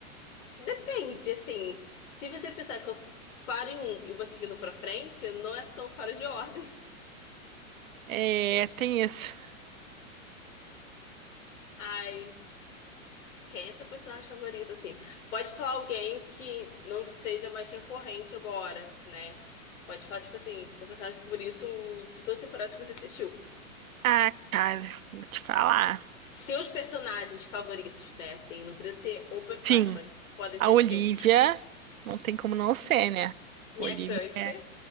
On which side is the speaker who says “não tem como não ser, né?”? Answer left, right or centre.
Right